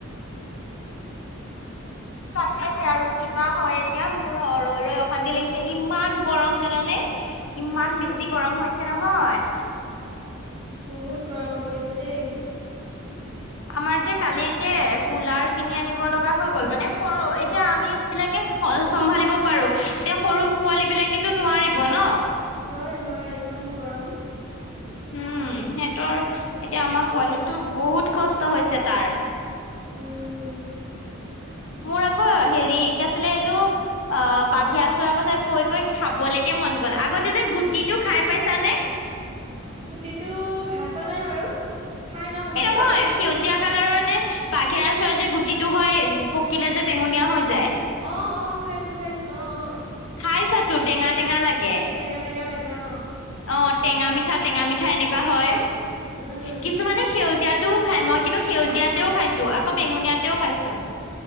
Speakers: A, on the left (about 70°); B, on the right (about 30°).
A: তাকেহে আৰু কিবা হয় এতিয়া মোৰ ৰৈ ৰৈ অশান্তি লাগিছে, ইমান গৰম জানানে। ইমান
B: উম,
A: বেছি গৰম হৈছে নহয়।
B: বহুত গৰম পৰিছে দেই। <inaudible>
A: আমাৰ যে কালিকে কুলাৰ কিনি আনিব লগা হৈ গ'ল, মানে সৰু এতিয়া আমি বিলাকে- হয় চম্ভালিব পাৰোঁ, এতিয়া-
B: অহ'
A: পোৱালিবিলাকেতো নোৱাৰিব ন।
B: নোৱাৰে নোৱাৰে, ইমান গৰম।
A: উম' হেঁতৰ এতিয়া
B: উম,
A: আমাৰ পোৱালিটো বহুত কষ্ট হৈছে তাৰ।
B: উম'
A: মোৰ আকৌ হেৰি কি আছিলে এইটো? অঁ, বাঘে আচুৰাৰ কথা কৈ কৈ খাবলেকে মন গ'ল, আগতে যে গুটিটো খাই পাইছানে?
B: গুটিটো খাই পোৱা নাই বাৰু। খাই ন গুটিটো?
A: এই নহয় সেউজীয়া কালাৰৰ যে, - বাঘেআচোৰা যে গুটিটো হয় পকিলে যে বেঙুনীয়া হয়।
B: অঁ অঁ খাইছো খাইছো, অঁ অঁ।
A: খাইছাটো টেঙা-টেঙা লাগে।
B: টেঙা টেঙা লাগে অঁ।
A: অঁ' টেঙা- মিঠা টেঙা- মিঠা এনেকুৱা হয়।
B: উম,
A: কিছুমানে সেউজীয়া- টো খাই। মই কিন্তু সেউজীয়াতেও খাইছো, আকৌ বেঙুনীয়াতেও খাইছো।